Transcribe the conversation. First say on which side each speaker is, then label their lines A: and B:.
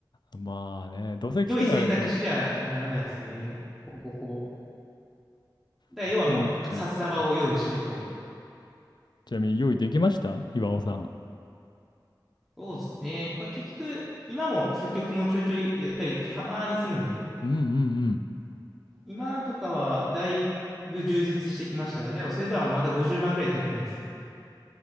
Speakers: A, on the left; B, in the centre.
A: い。<laughs> まあね、どうせ聞くならね、
B: 良い選択肢にはならないですね。ほぼほぼ。だから要はもう、
A: 初音ミクピー、
B: 札束を用意しないと。
A: ちなみに用意できました岩尾さん。
B: そうですね。まあ、結局、今も作曲もちょいちょいやったり、たまにするんで、
A: うんうんうん。
B: 今とかはだいぶ充実してきましたが、でもそれではまた50万ぐらい足りてないですね。